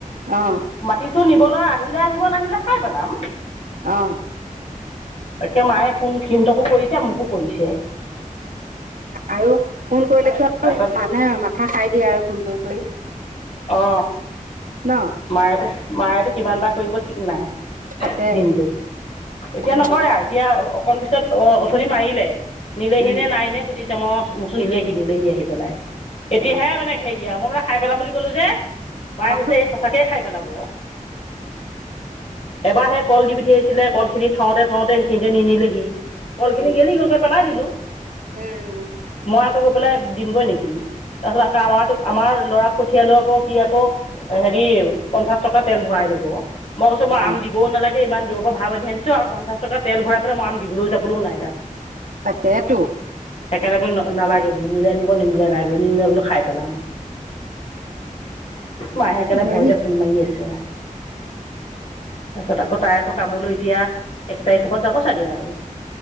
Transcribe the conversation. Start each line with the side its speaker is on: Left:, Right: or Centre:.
Right: অ,
Left: মাটিচো নিবলৈ আহিলে আহিব নাহিলে খাই পেলাম।
Right: অঁ
Left: তাকে মায়ে ফোন সিহঁতকো কৰিছে মোকো কৰিছে।
Right: আৰু ফোন কৰিলেতো
Left: তাৰপিছত
Right: আৰু মানে মাথা খাই দিয়ে আৰু ফোন কৰি। কৰি
Left: অ
Right: ন?
Left: মায়ো মায়েতো কিমান বাৰ কৰিব ঠিক নাই।
Right: তাকে
Left: দিনটো এতিয়া
Right: উম,
Left: নকৰে আও এতিয়া অকণ পিছত অ অথনি মাৰিলে। নিলেহি
Right: উম,
Left: নে নাই নিয়া সুধিছে মই মোকো নিলেহি নিলেহি আহি পেলাই এতিয়াহে
Right: অ,
Left: মানে হেৰি দিয়া আৰু মই মানে খাই পেলাম বুলি ক'লো যে, মায়ে
Right: অ,
Left: হৈছে এই সঁচাকে খাই পেলাব। এবাৰ সে কল দি পঠিয়াইছিলে কলখিনি থওঁতে থওঁতে সেইখিনিতে নিনিলেহি কলখিনি
Right: উম,
Left: গেলি গলগে তাপা পেলাই দিলো।
Right: উম,
Left: মই আকৌ গৈ পেলাই দিমগৈ নেকি, তাৰপিছত আকৌ আমাৰো আমাৰ লৰাক পঠিয়ালো আকৌ সি আকৌ হেৰি পঞ্চাশ টকা তেল ভৰাই লব মই কৈছো মই
Right: অ,
Left: আম দি দিবও নালাগে ইমান দূৰৰ পৰা ভা বান্ধি আনিছোঁ আৰু পঞ্চাশ টকা তেল ভৰাই পেলাই মই আম দিবলৈ যাবলৈও নাই তাক
Right: তাকেইটো।
Left: সেইকাৰণে বোলো নালাগে বোলে নিলে নিব নিনিলে নাই বোলো নিনিলে বোলো খাই পেলাম। মায়ে সেইকাৰণে
Right: হেৰি
Left: ভয়তে ফোন মাৰি আছে। তাৰপাছত আকৌ তাই আকৌ কামলৈ এতিয়া এক তাৰিখৰ পৰা যাব চাগে আৰু